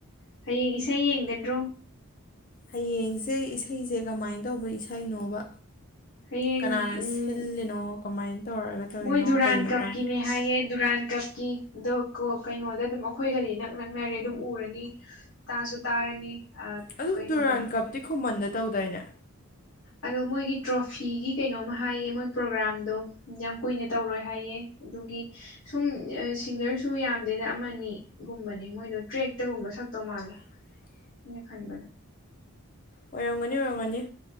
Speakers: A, on the left; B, on the left.
A: ꯍꯌꯦꯡ ꯏꯁꯩ ꯌꯦꯡꯒꯗ꯭ꯔꯣ
B: ꯍꯌꯦꯡꯁꯦ ꯏꯁꯩꯁꯦ ꯀꯃꯥꯏꯅ ꯇꯧꯕ ꯏꯁꯩꯅꯣꯕ
A: ꯍꯌꯦꯡ
B: ꯀꯅꯥꯅ
A: ꯎꯝ
B: ꯁꯤꯜꯂꯤꯅꯣ ꯀꯃꯥꯏꯅ ꯇꯧꯔꯒ ꯇꯧꯔꯤꯅꯣ
A: ꯃꯣꯏ ꯗꯨꯔꯥꯟ
B: ꯀꯩ ꯃꯇꯥꯡ
A: ꯀꯞꯀꯤꯅꯦ ꯍꯥꯏꯌꯦ ꯗꯨꯨꯔꯥꯟ ꯀꯞ ꯀꯤ ꯑꯗꯣꯣ ꯀꯩꯅꯣꯗ ꯑꯗꯨꯝ ꯑꯩꯈꯣꯏꯒꯗꯤ ꯅꯛ ꯅꯛꯅꯔꯦ ꯑꯗꯨꯝ ꯎꯔꯅꯤ ꯇꯥꯁꯨ ꯇꯥꯔꯅꯤ ꯑ
B: ꯑꯗꯨ
A: ꯀꯩꯅꯣꯗꯅꯤ
B: ꯇꯗꯨꯨꯔꯥꯟ ꯀꯞꯇꯤ ꯈꯨꯃꯟꯗ ꯇꯧꯗꯥꯏꯅꯦ
A: ꯑꯗꯣ ꯃꯣꯏꯒꯤ ꯇ꯭ꯔꯣꯐꯤꯒꯤ ꯀꯩꯅꯣꯃ ꯍꯥꯏꯌꯦ ꯃꯣꯏ ꯄ꯭ꯔꯣꯒꯥ꯭ꯔꯥꯝꯗꯣ ꯌꯥꯝ ꯀꯨꯏꯅ ꯇꯧꯔꯣꯏ ꯍꯥꯏꯌꯦ ꯑꯗꯨꯒꯤ ꯁꯨꯝ ꯁꯤꯡꯒꯔꯁꯨ ꯌꯥꯝꯗꯦꯗ ꯑꯃꯅꯤꯒꯨꯝꯕꯅꯦ ꯃꯣꯏꯗꯣ ꯇ꯭ꯔꯦꯛꯇꯒꯨꯝꯕ ꯁꯛꯇꯧ ꯃꯥꯜꯂꯦ
B: <unintelligible>
A: ꯃꯤ ꯈꯅꯤꯕ
B: ꯑꯣꯏꯔꯝꯒꯅꯤ ꯑꯣꯏꯔꯝꯒꯅꯤ